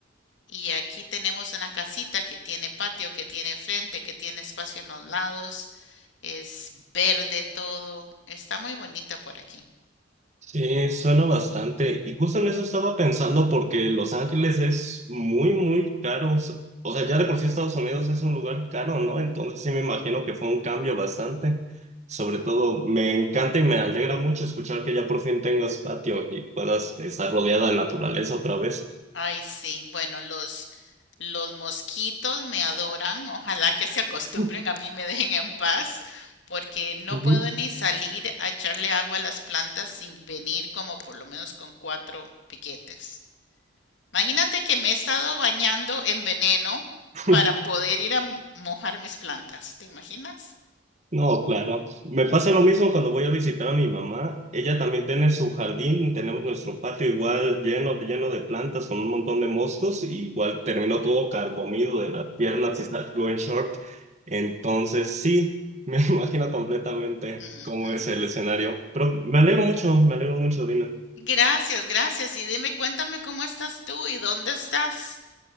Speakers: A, on the left; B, on the right.
A: Y aquí tenemos una casita que tiene patio, que tiene frente, que tiene espacio en los lados. Es verde todo. Está muy bonita por aquí.
B: Sí, suena bastante. Y justo en eso estaba pensando porque Los Ángeles es muy, muy caro. S- O sea, ya de por sí Estados Unidos es un lugar caro, ¿no? Entonces sí me imagino que fue un cambio bastante. Sobre todo, me encanta y me alegra mucho escuchar que ya por fin tengas patio y puedas estar rodeada de naturaleza otra vez.
A: Ay, sí. Bueno, los, los mosquitos me adoran. Ojalá que se acostumbren
B: Ujú,
A: a mí y me dejen en paz, porque no
B: ujú.
A: puedo ni salir a echarle agua a las plantas sin venir como por lo menos con cuatro piquetes. Imagínate que me he estado bañando en veneno
B: <laughs>
A: para poder ir a m- mojar mis plantas. ¿Te imaginas?
B: No, claro. Me pasa lo mismo cuando voy a visitar a mi mamá. Ella también tiene su jardín, tenemos nuestro patio igual lleno, lleno de plantas con un montón de moscos, y igual terminó todo carcomido de las piernas y está going short. Entonces, sí, me <laughs> imagino completamente
A: Ujú.
B: cómo es el escenario. Pero me alegro mucho, me alegro mucho, Dina.
A: Gracias, gracias. Y dime, cuéntame cómo estás tú y dónde estás.